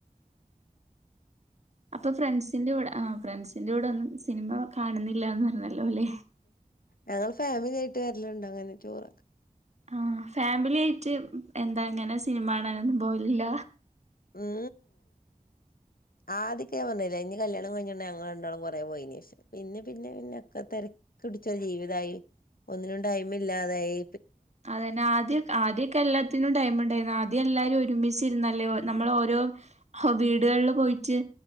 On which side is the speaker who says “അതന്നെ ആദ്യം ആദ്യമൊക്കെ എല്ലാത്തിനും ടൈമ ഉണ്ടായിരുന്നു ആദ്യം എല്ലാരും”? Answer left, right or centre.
Right